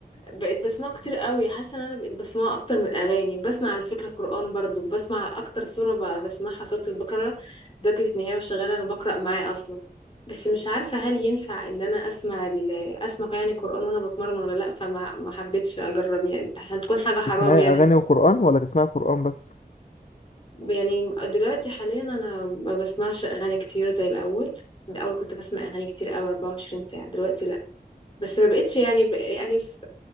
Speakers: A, on the left; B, on the left.
A: بقيت بسمعه كتير قوي حاسه ان انا بقيت بسمعه اكتر من الاغاني وبسمع على فكره قران برضو بسمع اكتر سوره ب- بسمعها سوره البقره لدرجه ان هي وشغاله انا بقرا معاه اصلا بس مش عارفه هل ينفع ان انا اسمع ال... اسمع يعني قران وانا بتمرن ولا لا فما ما حبيتش اجرب يعني عشان تكون حاجه حرام
B: تسمعي
A: يعني
B: أغاني وقرآن ولا تسمعي قرآن بس؟
A: يعني دلوقتي حاليا انا ما بسمعش اغاني كتير زي الاول الاول كنت بسمع اغاني كتير قوي 24 ساعه دلوقتي لا بس ما بقتش يعني ب... يعني في...